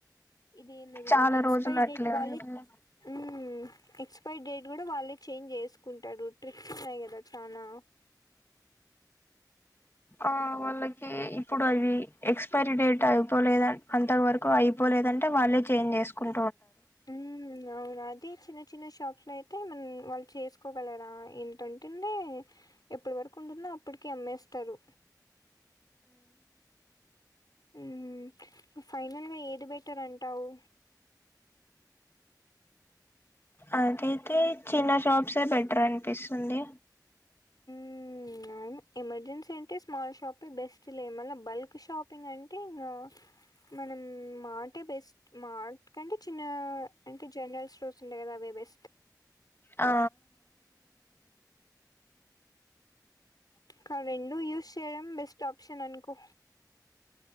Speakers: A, on the left; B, on the left.
A: ఇదేందది
B: చాలా
A: ఎక్స్పైర్
B: రోజులు అట్లే
A: డేట్ వాలెట్
B: ఉంటాయి
A: ఉమ్ ఎక్స్పైర్ డేట్ కూడా వాళ్ళే చేంజ్ చేసుకుంటారు ట్రిప్స్ ఉన్నాయి కదా చానా
B: ఆ వాళ్ళ ఇప్పుడు అవి ఎక్స్పైరీ డేట్ అయిపోలేద అంత వరకు అయిపోలేదంటే వాళ్ళే చేంజ్ చేసుకుం
A: ఉమ్ అవునా అది చిన్న చిన్న షాప్స్ లో అయితే మం వాళ్ళు చేసుకు ఒకోగలరా ఇంతంటుందే ఎప్పటి వరకు ఉంటుందో అప్పటికి అమ్మేస్తారు ఉమ్ ఫైనల్గా ఏది బెటర్ అంటావు
B: అదైతే చిన్న షాప్సే బెటర్ అనిపిస్తుంది
A: ఉమ్ అవును ఎమర్జెన్సీ అంటే స్మాల్ షాపి బెస్ట్ లే మళ బల్క్ షాపింగ్ అం తే ఇంగ మనం మాటే బెస్ట్ మాట్ కంటే చిన్న అంటే జనరల్ స్టో ర్స్ ఉన్నాయి కదా అవే బెస్ట్
B: ఆ
A: ఇంక రెండు యూస్ చేయడం బెస్ట్ ఆప్షన్ అనుకో